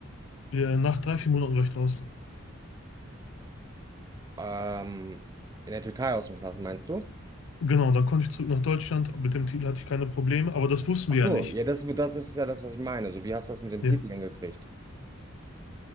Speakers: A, on the left; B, on the right.
A: Ja, Nach drei, vier Monaten war ich draußen.
B: Ähm, in der Türkei aus dem Knast, meinst du?
A: Genau, dann konnte ich zurück nach Deutschland. Mit dem Titel hatte ich keine Probleme, aber das wussten
B: Ach
A: wir ja
B: so,
A: nicht.
B: ja, das, das, das ist ja das, was ich meine. So, wie hast du das mit dem
A: Ja.
B: Titel hingekriegt?